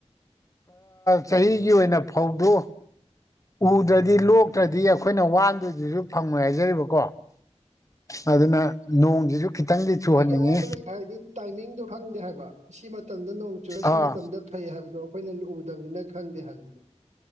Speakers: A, on the left; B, on the right.
A: ꯆꯍꯤꯒꯤ ꯑꯣꯏꯅ ꯐꯧꯗ ꯎꯗ꯭ꯔꯗꯤ ꯂꯣꯛꯇ꯭ꯔꯗꯤ ꯑꯩꯈꯣꯏꯅ ꯋꯥꯟꯗ꯭ꯔꯗꯨꯁꯨ ꯐꯪꯉꯣꯏ ꯍꯥꯏꯖꯔꯤꯕꯀꯣ ꯑꯗꯨꯅ ꯅꯣꯡꯁꯤꯁꯨ ꯈꯤꯇꯪꯗꯤ ꯆꯨꯍꯟꯅꯤꯡꯉꯤ
B: ꯑꯗꯨꯒꯤ ꯑꯋꯥꯕ ꯂꯩꯕ ꯍꯥꯏꯔꯗꯤ ꯇꯥꯏꯃꯤꯡꯗꯣ ꯈꯪꯗꯦ ꯍꯥꯏꯕ ꯁꯤ ꯃꯇꯝꯗ ꯅꯣꯡ ꯆꯨꯔꯦ ꯁꯤ
A: ꯑꯥ
B: ꯃꯇꯝꯗ ꯐꯩ ꯍꯥꯏꯕꯗꯣ ꯑꯩꯈꯣꯏꯅ ꯂ ꯎꯎꯗꯕꯅꯤꯅ ꯈꯪꯗꯦ ꯍꯥꯏꯕꯗꯨꯗ